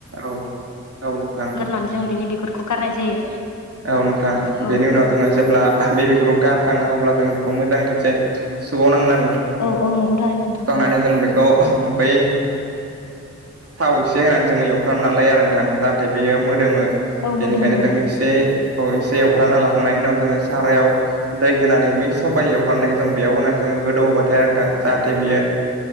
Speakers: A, on the right; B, on the left.
A: औ औ नोंथां
B: नानै <unintelligible> जों बेनि बिगुरखौ गारनाय जायो
A: औ नोंथां
B: औ
A: बेनि उनाव जोङो जेब्ला बे बे <unintelligible> गारखाङो अब्ला जों बेखौ मोजां खेबसे सुा <unintelligible> वनांनानै
B: औ औ नंगौथारो नों
A: सुखांनानै जों बेखौ बै थाव एसे होनानै जोङो एवथ नालाय आरो नोंथां जाहाथे बेयो म फोरो <unintelligible> मो
B: औ मोदोमो
A: बेनिखायनो जों
B: औ
A: एसे औ एसे एवफ्राना लखांनायनि उनाव जोङो सारायाव दै होनानै बै सबाइ एवफ्रानायखौ जों बेयाव होनानै ज जोङो गोदौबा <unintelligible> जाथे बियो